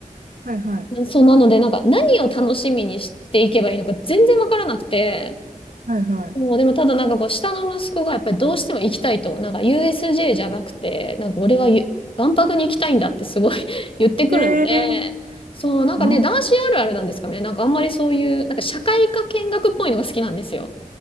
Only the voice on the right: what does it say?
はい、はい、
はい、はい。
ええ
あ、